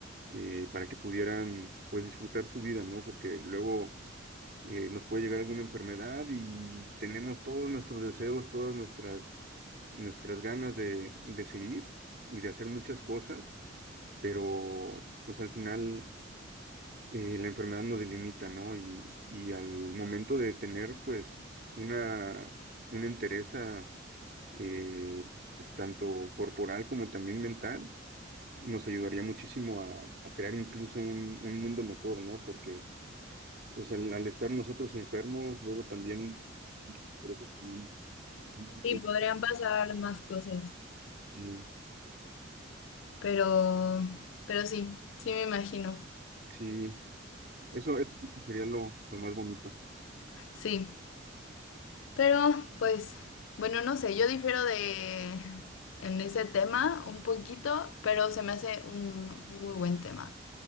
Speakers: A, on the right; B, on the left.
A: eh, para que pudieran pues disfrutar su vida, ¿no? Porque luego eh, nos puede llegar alguna enfermedad y tenemos todos nuestros deseos, todas nuestras, nuestras ganas de, de seguir y de hacer muchas cosas, pero pues al final eh, la enfermedad nos delimita, ¿no? Y, y al momento de tener pues una, una entereza eh, pues, tanto corporal como también mental, nos ayudaría muchísimo a, a crear incluso un, un mundo mejor, ¿no? Porque pues al, al estar nosotros enfermos, luego también Creo que sí. Mm,
B: Sí, podrían pasar más cosas,
A: Sí,
B: pero, pero sí, sí me imagino.
A: sí. eso, eso sí sería lo, lo más bonito.
B: Sí, pero pues, bueno, no sé, yo difiero de en ese tema un poquito, pero se me hace un un muy buen tema.